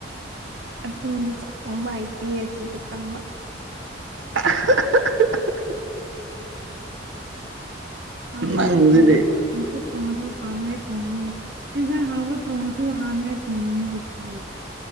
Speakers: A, on the right (about 55°); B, on the right (about 80°).
A: ꯑꯗꯨꯅꯤ ꯆꯥꯛꯊꯣꯡꯕ ꯍꯥꯏꯩꯇꯦ ꯍꯥꯏꯕꯁꯤꯗ ꯈꯪꯕ
B: ꯑꯍ ꯑꯍꯛ ꯑꯍꯛ ꯑꯍꯛ
A: ꯍꯥꯎ ꯇꯕ
B: ꯅꯪꯁꯤꯗꯤ
A: ꯊꯣꯡꯏ ꯈꯨꯠ ꯊꯣꯡꯉꯁꯨ ꯍꯥꯡꯅꯉꯥꯏ ꯊꯣꯡꯒꯅꯤ ꯌꯦꯟꯖꯥꯡ ꯍꯥꯎꯕ ꯊꯣꯡꯉꯁꯨ ꯍꯥꯡꯅꯉꯥꯏ ꯊꯣꯡꯒꯅꯤ ꯀꯄꯤꯌꯨ